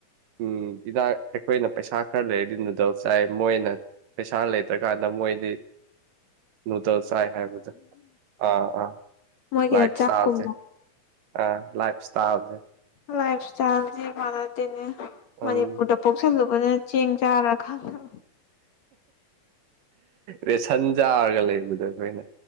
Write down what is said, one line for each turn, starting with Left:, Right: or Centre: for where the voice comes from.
Right: ꯎꯝ ꯏꯅꯥꯛ ꯑꯩꯈꯣꯏꯅ ꯄꯩꯁꯥ ꯈꯔ ꯂꯩꯔꯗꯤ ꯅꯨꯗꯜꯁ ꯆꯥꯏ ꯃꯣꯏꯅ ꯄꯩꯁꯥ ꯂꯩꯇ꯭ꯔꯀꯥꯟꯗ ꯃꯣꯏꯗꯤ ꯅꯨꯗꯜꯁ ꯆꯥꯏ ꯍꯥꯏꯕꯗꯨ ꯑꯥ ꯑꯥ
Left: ꯃꯣꯏꯒꯤꯅ
Right: ꯂꯥꯏꯐ
Left: ꯆꯥꯛꯀꯨꯝꯕ
Right: ꯏꯁꯇꯥꯜꯁꯦ ꯑ ꯂꯥꯏꯐ ꯁꯇꯥꯏꯜꯁꯦ
Left: ꯂꯥꯏꯐ ꯏꯁꯇꯥꯏꯜꯁꯦ ꯃꯥꯟꯅꯗꯦꯅꯦ
Right: ꯎꯝ
Left: ꯃꯅꯤꯄꯨꯔꯗ ꯄꯣꯛꯁꯜꯂꯨꯕꯅ ꯆꯦꯡ ꯆꯥꯔ ꯈꯥꯡꯇꯕ
Right: ꯔꯦꯁꯟꯖꯥꯔꯒ ꯂꯩꯕꯗꯣ ꯑꯩꯈꯣꯏꯅ